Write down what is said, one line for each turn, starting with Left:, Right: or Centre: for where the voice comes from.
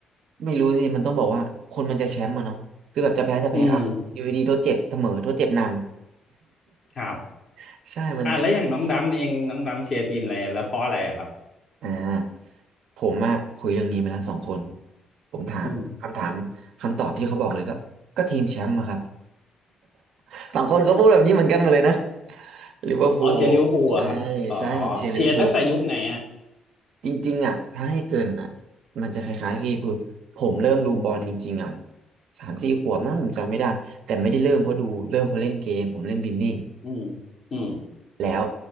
Right: ไม่รู้สิมันต้องบอกว่าคนมันจะแชมป์อะเนาะคือแบบจะแพ้จะแพ้อ่ะอยู่ดีๆทดเจ็บเสมอทดเจ็บนำ
Left: อืมครับ
Right: <laughs> ใช่มัน
Left: อ่ะแล้วอย่างน้องดำเองน้องดำเชียร์ทีมอะไรแล้วเพราะอะไรอะครับ
Right: อ่าผมอะคุยเรื่องนี้มาแล้วสองคนผมถามคำถามคำตอบที่เขาบอกเลยก็ก็ทีมแชมป์อะครับ
Left: อืม
Right: <laughs> สองคนก็พูดแบบนี้เหมือนกันหมดเลยนะลิเวอร์พูลใช่
Left: อ๋อเชียร์ลิเวอร์พูลอะครับอ๋อ
Right: ใช่ผมเชียร์ลิเวอร์พูล
Left: เชียร์ตั้งแต่ยุคไหนอะ
Right: จริงๆอ่ะถ้าให้เกินอ่ะมันจะคล้ายๆพี่คือผมเริ่มดูบอลจริงๆอ่ะสามสี่ขวบมั้งผมจำไม่ได้แต่ไม่ได้เริ่มเพราะดูเริ่มเพราะเล่นเกมผมเล่นวินนิ่ง
Left: อืมอืม
Right: แล้ว